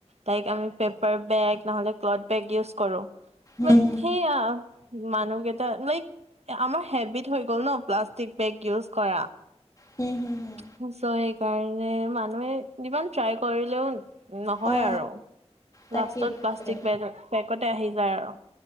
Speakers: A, on the right; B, on the left.
A: তাইক আমি পেপাৰ বেগ নহলে ক্লথ বেগ ইউজ কৰো। মান
B: হম
A: সেয়া মানু্হ কেইটা লাইক আমাৰ হেবিট হৈ গ'ল ন প্লাষ্টিক বেগ ইউজ কৰা।
B: হুম হুম হুম।
A: চৌ সেইকাৰণে মানুহে যিমান ট্ৰাই কৰিলেও ন হয়
B: অ
A: আৰু,
B: তাকেই
A: লাষ্টত
B: তাকেই।
A: প্লাষ্টিক বে বেগতে আহি যায় আৰু।